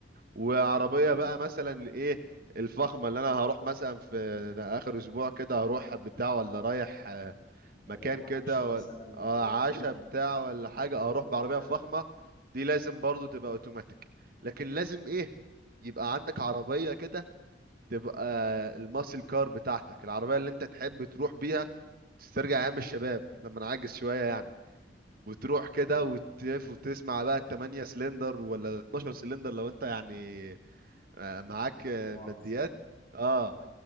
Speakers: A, on the right (about 55°); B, on the left (about 25°).
A: وعربيه
B: مم.
A: بقى مثلا لايه الفخمه اللي انا هروح مثلا في اخر اسبوع كده هروح بتاع ولا رايح آه،
B: بروح
A: مكان كده
B: عشاء مثلا
A: ولا آه،
B: على ميتنج
A: عشا بتاع
B: ولا
A: ولا
B: حاجة
A: حاجه
B: تدخل
A: اروح بعربيه
B: بتاع
A: فخمه دي لازم برضو تبقى اوتوماتيك لكن لازم ايه يبقى عندك عربيه كده تبقى الماسل كار بتاعتك العربيه اللي انت تحب تروح بيها تسترجع ايام الشباب لما نعجز شويه يعني وتروح كده
B: اه
A: وتلف وتسمع بقى التمانية سلندر ولا 12 سلندر لو انت يعني آه، معاك آه،
B: بحث
A: ماديات اه